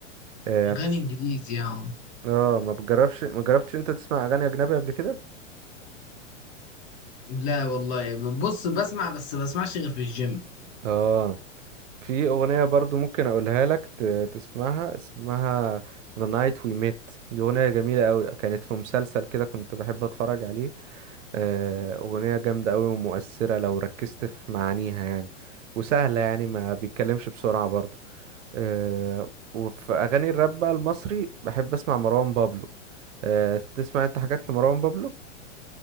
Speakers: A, on the right; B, on the left.
A: آه
B: اغاني
A: بتس...
B: انجليزي يعني
A: اه ما بتجربش ما جربتش انت تسمع اغاني اجنبي قبل كده
B: لا والله بص بسمع بس بسمعش غير في الجيم
A: اه في اغنية برضو ممكن اقولها لك ت... تسمعها اسمها The Night We Met دي اغنية جميلة قوي كانت في مسلسل كده كنت بحب اتفرج عليه آه اغنية جامدة قوي ومؤثرة لو ركزت في معانيها يعني وسهلة يعني ما بيتكلمش بسرعة برضو آه، وفي اغاني الراب بقى المصري بحب اسمع مروان بابلو آه، تسمع انت حاجات لمروان بابلو